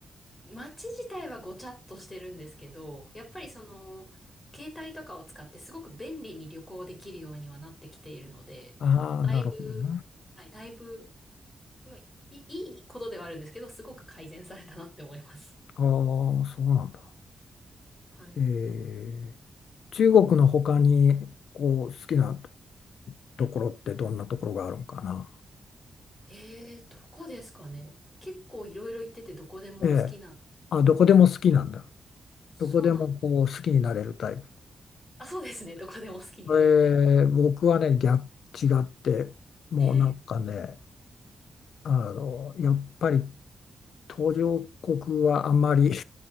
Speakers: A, on the left (about 20°); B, on the left (about 85°).
A: 街自体はごちゃっとしてるんですけど、やっぱりその、携帯とかを使ってすごく便利に旅行できるようにはなってきているので、
B: ああ、
A: だいぶ、
B: なるほどね。
A: はい、だいぶ、まあ、いいいことではあるんですけど、すごく改善されたなって思います。
B: ああ、そうなんだ。
A: はい。
B: えー、中国の他にこう好きなところってどんなところがあるんかな。
A: えー、どこですかね。結構いろいろ行っててどこでも好きなんですけど、
B: ええ。あ、どこでも好きなんだ。
A: そうなんです。
B: どこでもこう好きになれるタイプ。
A: あ、そうですね。どこでも好きになれるタイプ。
B: えー僕はね、逆、違って、もうなんかね、
A: えー、
B: あの、やっぱり途上国はあんまり <laughs> 好